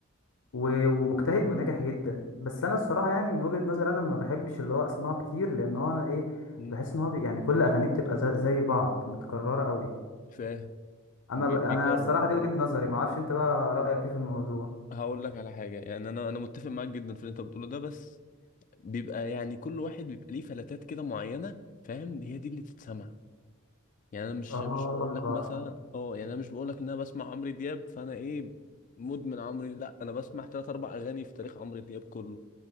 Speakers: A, on the left; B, on the left.
A: و- ومجتهد وناجح جدا بس انا الصراحة يعني من وجهة نظري انا ما بحبش اللي هو اسمعه كتير لان هو انا ايه
B: مم.
A: بحس ان هو بي يعني كل اغانيه بتبقى زي زي بعض متكررة قوي
B: فاهم
A: انا
B: بي- بيكرر
A: انا الصراحه دي
B: مم.
A: وجهه نظري ما اعرفش انت بقى رايك ايه في الموضوع
B: هقول لك على حاجة يعني أنا أنا متفق معاك جدا في اللي أنت بتقوله ده بس بيبقى يعني كل واحد بيبقى ليه فلاتات كده معينة فاهم هي دي اللي تتسمع يعني انا مش
A: اه
B: مش بقول لك آه. مثلا اه يعني انا مش بقول لك ان انا بسمع عمرو دياب فانا ايه مدمن عمرو لا انا بسمع ثلاث اربع اغاني في تاريخ عمرو دياب كله